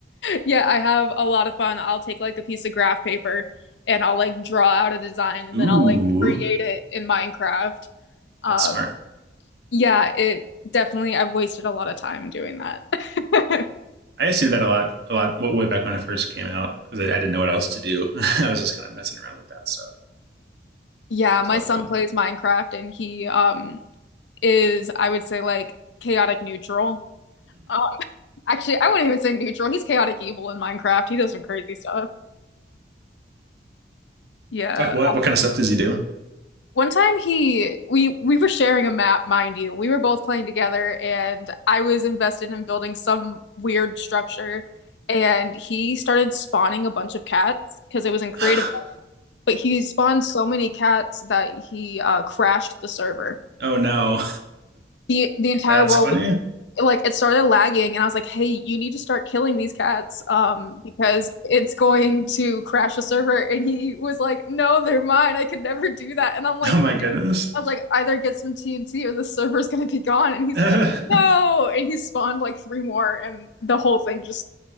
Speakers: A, on the left; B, on the right.
A: Yeah, I have a lot of fun. I'll take like a piece of graph paper and I'll like draw out a design and
B: Ooh,
A: then I'll like create it in Minecraft. Um
B: that's smart.
A: Yeah, it definitely, I've wasted a lot of time doing that. <laughs>
B: I used to do that a lot, a lot well, way back when I first came out because I, I didn't know what else to do. <laughs> I was just kind of messing around with that stuff.
A: Yeah,
B: It
A: my
B: was a lot
A: son
B: of fun.
A: plays Minecraft and he um is, I would say, like chaotic neutral. Um, actually, I wouldn't even say neutral. He's chaotic evil in Minecraft. He does some crazy stuff.
B: <laughs>
A: Yeah.
B: like what? What kind of stuff does he do?
A: One time he we we were sharing a map, mind you. We were both playing together and I was invested in building some weird structure and he started spawning a bunch of cats because it was in creative
B: <laughs>
A: but he spawned so many cats that he uh, crashed the server.
B: oh no,
A: The the entire
B: that's
A: world
B: funny.
A: like it started lagging and I was like, "Hey, you need to start killing these cats um because it's going to crash the server." And he was like, "No, they're mine. I could never do that." And I'm like
B: Oh my goodness.
A: I was like, "Either get some TNT or the server's going to be gone."
B: <laughs>
A: And he's
B: oh
A: like, "No." And he spawned like three more and the whole thing just